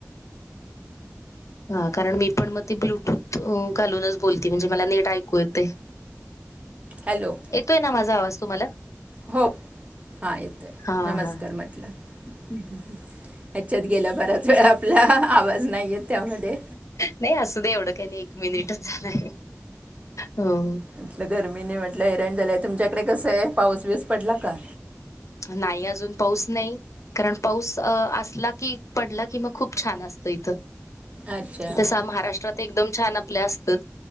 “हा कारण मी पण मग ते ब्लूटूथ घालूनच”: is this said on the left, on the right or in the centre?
Left